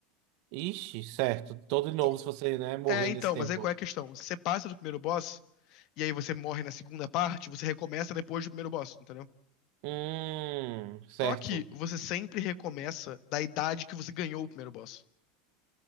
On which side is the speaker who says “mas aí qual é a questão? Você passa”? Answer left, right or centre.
Left